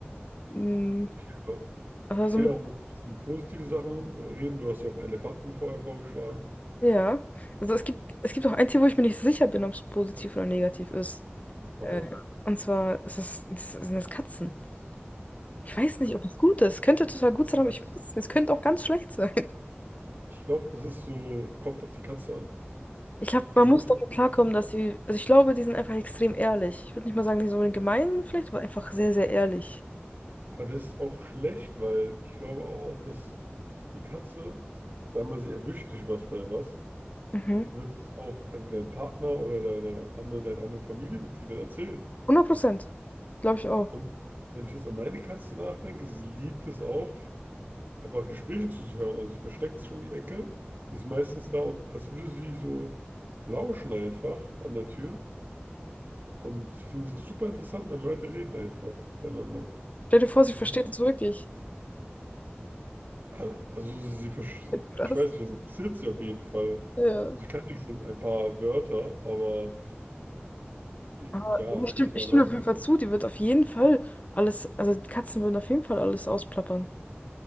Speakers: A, on the left; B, on the right.
A: Mm,
B: Okay, wir
A: Aber
B: können
A: so mit,
B: ja auch über ein bisschen positive Sachen reden. Du hast ja auch einen Elefanten vorher vorgeschlagen.
A: ja. Also es gibt, es gibt auch ein Tier, wo ich mir nicht so sicher bin, ob es positiv oder negativ ist.
B: heraus.
A: Äh, und zwar ist es, ist, sind es Katzen. Ich weiß nicht, ob es gut ist. Könnte total gut sein, aber
B: Das,
A: ich weiß es. nicht. Es könnte auch ganz schlecht sein.
B: ich glaube, das ist so, kommt auf die Katze an.
A: Ich glaube,
B: Kommt
A: man muss
B: wirklich
A: damit
B: auf die
A: klarkommen,
B: Katze an.
A: dass sie, also ich glaube, die sind einfach extrem ehrlich. Ich würde nicht mal sagen, die sind unbedingt gemein vielleicht, aber einfach sehr, sehr ehrlich.
B: Aber das ist auch schlecht, weil ich glaube auch, dass die Katze, sagen wir, sie erwischt dich was bei was,
A: Mhm.
B: die wird das auch also deinem Partner oder deiner anderen, deinen anderen Familienmitgliedern erzählen.
A: 100 Prozent. Glaube ich auch.
B: Und wenn ich jetzt an meine Katze nachdenke, sie liebt es auch, einfach Gesprächen zuzuhören. Also sie versteckt sich um die Ecke, sie ist meistens da und als würde sie so lauschen einfach an der Tür. Und ich finde es super interessant, wenn Leute reden einfach miteinander.
A: Stell dir vor, sie versteht
B: Ja.
A: uns wirklich.
B: Al- Also sie, versch-
A: <laughs> Krass.
B: ich weiß nicht, das interessiert sie auf jeden Fall.
A: Ja.
B: Und sie kann ja schon ein paar Wörter, aber äh,
A: Aber
B: ja, es
A: ich stimme,
B: sind eher
A: ich stimme
B: laute.
A: auf jeden Fall zu, die wird auf jeden Fall alles, also die Katzen würden auf jeden Fall alles ausplappern.